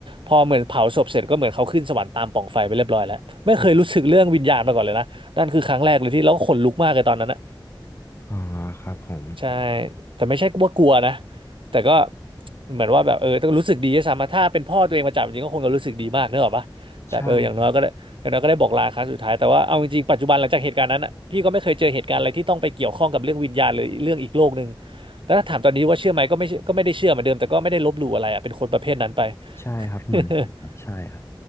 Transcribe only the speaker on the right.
พอเหมือนเผาศพเสร็จก็เหมือนเขาขึ้นสวรรค์ตามปล่องไฟไปเรียบร้อยแล้วไม่เคยรู้สึกเรื่องวิญญาณมาก่อนเลยนะนั่นคือครั้งแรกเลยที่แล้วก็ขนลุกมากเลยตอนนั้นนะ
ใช่แต่ไม่ใช่ว่ากลัวนะแต่ก็เหมือนว่าแบบเออต้องรู้สึกดีด้วยซ้ำอะถ้าเป็นพ่อตัวเองมาจับจริงก็คงจะรู้สึกดีมากเนกอะปะแต่เอออย่างน้อยก็ได้อย่างน้อยก็ได้บอกลาครั้งสุดท้ายแต่ว่าเอาจริงๆปัจจุบันหลังจากเหตุการณ์นั้นอะพี่ก็ไม่เคยเจอเหตุการณ์อะไรที่ต้องไปเกี่ยวข้องกับเรื่องวิญญาณหรือเรื่องอีกโลกหนึ่ง
แล้วถ้าถามตอนนี้ว่าเชื่อไหมก็ไม่เชื่อก็ไม่ได้เชื่อเหมือนเดิมแต่ก็ไม่ได้ลบหลู่อะไรอะเป็นคนประเภทนั้นไป <laughs>